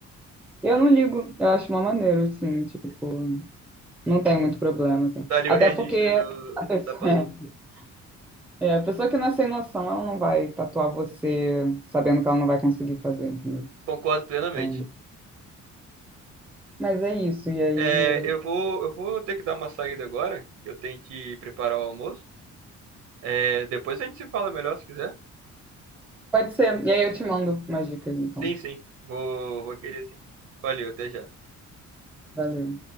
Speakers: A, in the centre; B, on the right.
A: eu não ligo. Eu acho uma maneira, assim, tipo, não tenho muito problema, assim.
B: Tá ali
A: Até
B: o registro
A: porque
B: do,
A: a pessoa,
B: da passagem.
A: <laughs> é, a pessoa que não é sem noção, ela não vai tatuar você sabendo que ela não vai conseguir fazer, entendeu?
B: Concordo plenamente.
A: Então, mas é isso. E aí.
B: É, eu vou, eu vou ter que dar uma saída agora, que eu tenho que preparar o almoço. É, depois a gente se fala melhor se quiser.
A: Pode ser. E aí eu te mando umas dicas, então.
B: Sim, sim. Vou, vou querer sim. Valeu, até já.
A: Valeu.